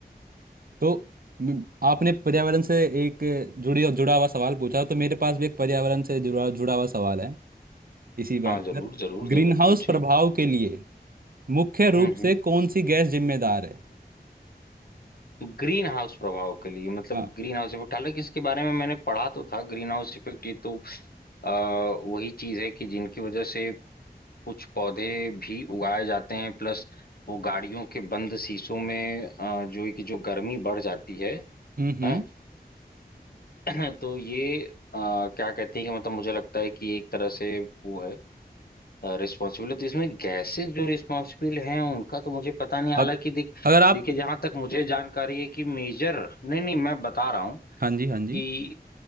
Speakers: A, on the right; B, on the left.
A: तो म- आपने पर्यावरण से एक जुड़ी जुड़ा हुआ सवाल पूछा तो मेरे पास भी एक पर्यावरण से जुड़ा जुड़ा हुआ सवाल है इसी बात
B: हाँ जरूर
A: पर
B: जरूर
A: ग्रीन
B: जरूर
A: हाउस
B: पूछे
A: प्रभाव के लिए मुख्य रूप
B: हम्म हम्म
A: से कौन सी गैस जिम्मेदार है
B: ग्रीन हाउस प्रभाव के लिए मतलब
A: हाँ
B: ग्रीन हाउस इफेक्ट हालांकि इसके बारे में मैंने पढ़ा तो था ग्रीन हाउस इफेक्ट ये तो आ, वही चीज है कि जिनकी वजह से कुछ पौधे भी उगाए जाते हैं प्लस वो गाड़ियों के बंद शीशों में अ, जो है कि जो गर्मी बढ़ जाती है,
A: हम्म हम्म
B: हैं <clears throat> तो ये अ, क्या कहते हैं कि मतलब मुझे लगता है कि एक तरह से वो है रिस्पॉन्सिबल है तो इसमें गैसेस जो रिस्पॉन्सिबल हैं उनका तो मुझे पता नहीं हालांकि
A: अग-
B: देख
A: अगर आप
B: देखिए जहां तक मुझे जानकारी है कि मेजर नहीं नहीं मैं बता रहा हूँ
A: हाँ जी हाँ जी
B: कि